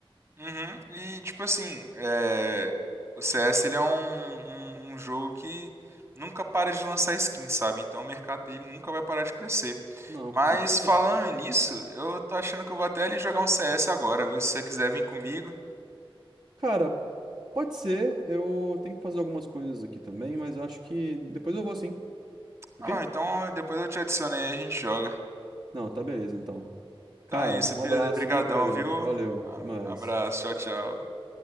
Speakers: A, on the right (about 30°); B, on the right (about 50°).
A: uhum. E tipo assim, é, o CS ele é um, um, um jogo que nunca para de lançar skins sabe? Então o mercado dele nunca vai parar de crescer.
B: Não,
A: Mas
B: com certeza.
A: falando nisso, eu tô achando que eu vou até ali jogar um CS agora, viu? Se você quiser vir comigo.
B: Cara, pode ser. Eu tenho que fazer algumas coisas aqui também, mas acho que depois eu vou sim,
A: Ah,
B: ok?
A: não, então depois eu te adiciono aí e a gente joga.
B: Não, tá beleza então. Cara,
A: Então é isso,
B: um
A: Pedro.
B: abraço,
A: Brigadão,
B: viu, Pedro?
A: viu?
B: Valeu, até
A: A-
B: mais.
A: Abraço, tchau, tchau.